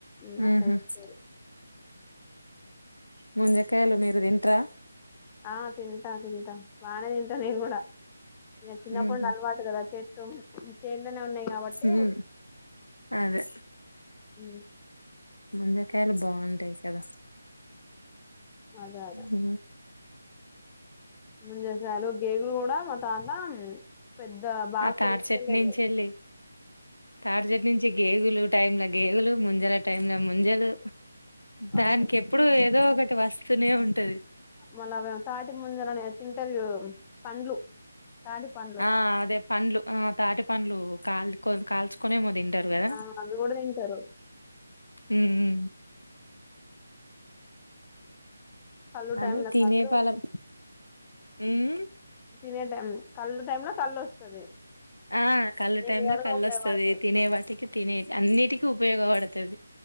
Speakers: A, on the left; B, on the left.
A: ఎన్న
B: హుహు.
A: పై స
B: ముంజ కాయలు మీమ్ తింట్రా
A: ఆ తింటా తింటా బానే తింటా నేను గుడా ఇగ చిన్నప్పుడి
B: హుహు.
A: నుండి అల్వాటు గదా చెట్టు చేన్లనే ఉన్నాయి కాబట్టి
B: ఊ అదే
A: ఊ
B: ముంజకాయలు బావుంటాయి కదా
A: అదే అదే
B: ఊ
A: ముంజకాయలు గేగులు గూడా మా తాత్ దాన్ పెద్ద బాక్స్
B: ఆ తాటి
A: తీసుకెళ్లేది
B: చెట్టు నుంచెళ్ళి తాడిచెట్టు నుంచి గేగులు టైమ్ లో గేగులు ముంజల టై లో ముంజలు
A: అబ్బ,
B: దానికి ఎప్పుడు ఏదో ఒకటి వస్త ఉత్తనే ఉంటది
A: మల్ల అదా తాటి ముంజ లని ంట <inaudible> పండ్లు తాటి పండ్లు
B: ఆ అదే పండ్లు ఆ తాటి పండ్లు కాల్ కాల్చు కునే మోదింది తింటారు గదా..
A: ఆ అవి కూడా తింటారు
B: ఊ ఊ
A: కల్లు టైం
B: అదే
A: ళ
B: తినే
A: కల్లు
B: ఫలం ఉమ్
A: తినే కళ్ళు టైమ్ లో కళ్ళు వస్తది
B: ఆ కళ్ళు
A: అన్ని
B: టై
A: విధాలుగా
B: లో కళ్ళు
A: ఉపయోగపడతాయి
B: వస్తది తినే వాటికి తినే అన్నిటికిీ ఉపయోగపడ తెల్సి